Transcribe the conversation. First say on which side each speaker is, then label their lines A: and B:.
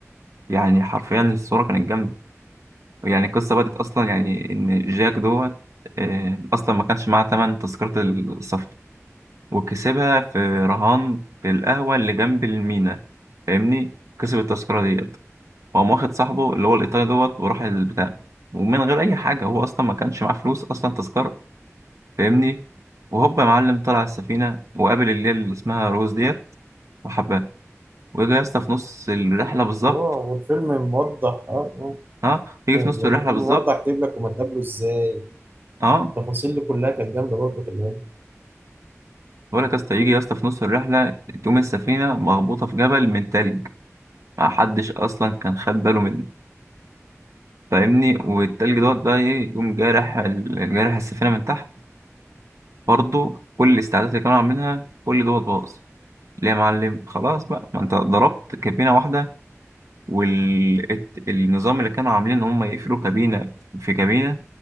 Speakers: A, on the right; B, on the right.
A: يعني حرفيا الصورة كانت جامدة يعني القصة بدأت أصلا يعني إن جاك دوت آه، أصلا ما كانش معاه تمن تذكرة السفر وكسبها في رهان في القهوة اللي جنب المينا فاهمني كسب التذكرة ديت وقام واخد صاحبه اللي هو الإيطالي دوت وراح البتاع ومن غير أي حاجة هو أصلا ما كانش معاه فلوس أصلا تذكرة فاهمني وهوب يا معلم طلع السفينة وقابل اللي هي اللي اسمها روز ديت وحبها ويجي يا اسطى في نص الرحلة بالظبط
B: اه والفيلم موضح اه اه
A: اه يجي
B: آه،
A: في نص
B: يعني
A: الرحلة
B: الفيلم
A: بالظبط
B: موضح جايب لك هما اتقابلوا ازاي
A: اه
B: التفاصيل دي كلها كانت جامده برضه في الهند
A: بقول لك يا اسطى يجي يا اسطى في نص الرحله تقوم السفينه مخبوطه في جبل من تلج ما حدش اصلا كان خد باله منه فاهمني والتلج دوت بقى ايه يقوم جارح ال- جارح السفينه من تحت برضه كل الاستعدادات اللي كانوا عاملينها كل دوت باظ ليه يا معلم خلاص بقى ما انت ضربت كابينه واحده والنظام اللي كانوا عاملين ان هم يقفلوا كابينه في كابينه